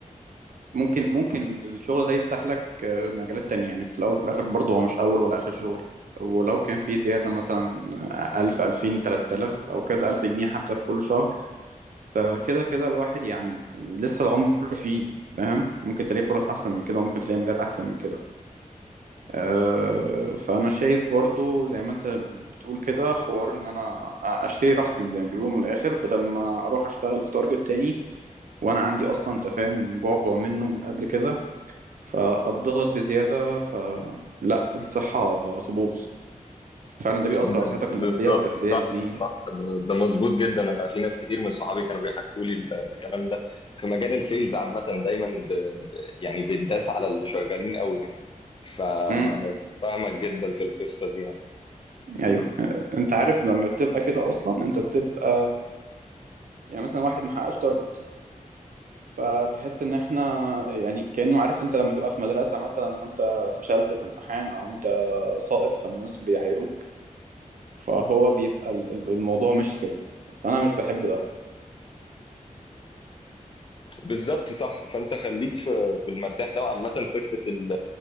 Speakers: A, on the right (about 75°); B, on the left (about 35°).
A: ممكن ممكن الشغل ده يفتح لك آه، مجالات تانية يعني في الاول في الاخر برضو هو مش اول ولا اخر شغل ولو كان في زيادة مثلا آه، ألف ألفين تلات آلاف أو كذا ألف جنيه حتى في كل شهر فكده كده الواحد يعني لسه العمر فيه فاهم ممكن تلاقي فرص أحسن من كده وممكن تلاقي مجالات أحسن من كده أه فأنا شايف برضو زي ما أنت بتقول كده حوار إن أنا أشتري راحتي زي ما بيقولوا من الآخر بدل ما أروح أشتغل في تارجت تاني وانا عندي اصلا انت فاهم بعبع منه من قبل كده فاتضغط بزياده فلا الصحه تبوظ فعلا ده بيأثر
B: بز-
A: على صحتك
B: بالظبط
A: النفسيه والجسديه
B: صح
A: الاتنين
B: صح ده, ده مظبوط جدا انا في ناس كتير من صحابي كانوا بيحكوا لي ال- الكلام ده في مجال السيلز عامه دايما ب... ب... يعني بيتداس على اللي شغالين قوي يعني ف-
A: امم
B: ففاهمك جدا في القصه دي يعني
A: ايوه آه، انت عارف لما بتبقى كده اصلا انت بتبقى يعني مثلا واحد محققش تارجت فتحس ان احنا يعني كأنه عارف انت لما تبقى في مدرسة مثلا وانت فشلت في امتحان او انت ساقط فالناس بيعايروك فهو بيبقى ال- ال- الموضوع ماشي كده فانا مش بحب ده
B: بالظبط صح فانت خليك في, في المرتاح ده وعامه فكره ال...